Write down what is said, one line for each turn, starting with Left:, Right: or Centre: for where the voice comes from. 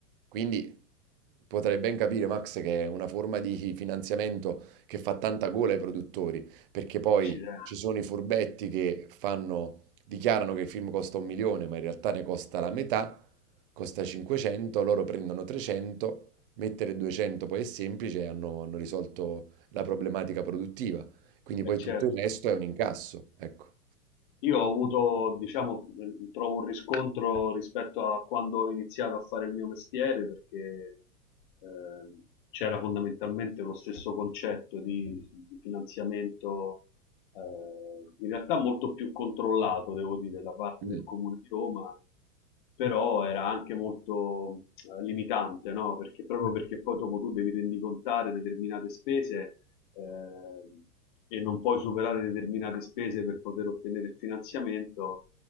Right: Quindi potrai ben capire, Max, che è una forma di finanziamento che fa tanta gola ai produttori, perché poi
Left: accidenti,
Right: ci sono i furbetti che fanno, dichiarano che il film costa un milione, ma in realtà ne costa la metà, costa 500, loro prendono 300, mettere 200 poi è semplice e hanno, hanno risolto la problematica produttiva. Quindi
Left: è
Right: poi
Left: certo.
Right: tutto il resto è un incasso, ecco.
Left: Io ho avuto, diciamo, eh, trovo un riscontro rispetto a quando ho iniziato a fare il mio mestiere, perché eh, c'era fondamentalmente lo stesso concetto di, di finanziamento, eh, in realtà molto più controllato, devo dire, da parte
Right: Mm.
Left: del Comune di Roma, però era anche molto eh, limitante, no? Perché proprio perché poi dopo tu devi rendicontare determinate spese eh, e non puoi superare determinate spese per poter ottenere il finanziamento,